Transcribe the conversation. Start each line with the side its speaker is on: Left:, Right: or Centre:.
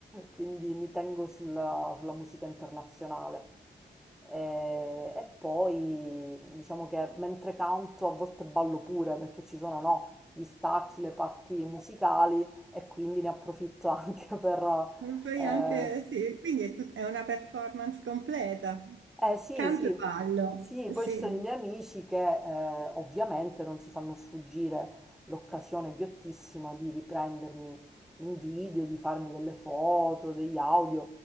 Centre: <laughs> quindi mi tengo sulla, sulla musica internazionale. E, e poi diciamo che mentre canto a volte ballo pure perché ci sono, no? gli stacchi, le parti musicali e quindi ne approfitto <laughs> anche per...
Right: lo fai
Centre: Eh,
Right: anche, sì, quindi è, tut- è una performance completa.
Centre: eh, sì,
Right: Canto
Centre: sì,
Right: e ballo,
Centre: sì,
Right: sì,
Centre: poi ci sono i miei amici che eh, ovviamente non si fanno sfuggire l'occasione ghiottissima di riprendermi in video, di farmi delle foto, degli audio,